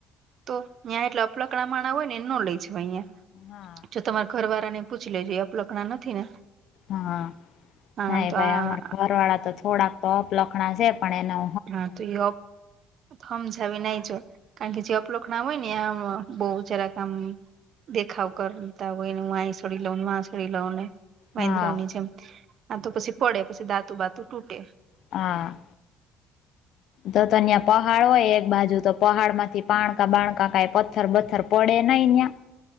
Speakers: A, on the right; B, on the left.
A: તો તહી્યાં એટલે અલકડા માના હોય ને એ ન લઈ જ અહિયાયા
B: હા
A: જો તમારા ઘરવાળા ને પૂછી લેજઈ આપલકણા નથી ને
B: હા
A: હા
B: ના
A: તો
B: ભાઈ
A: આ
B: અમાર ઘર વાળા તો થોડાક તો અપ લખણા છે પણ એનો
A: હા તો એ સમજાવી નાહી જોડ કારણ કે જે અપલોક ના હોય ને આ બહ જરાક આમ દેખાવ કરતા હોયને હું છડી લઉં ને મા છડી લઉં ને વાહેન્દ્રવની
B: હા
A: જેમ આ તો પછી પડે પછી દાતુ બાતુ તૂટે
B: હા તો ત ત્યાં પહાડ હોય એક બાજુ તો પહાડ માંથી પાણકા બાણકા કઈ પથર પથ્થર પડે નઈં ન્યાં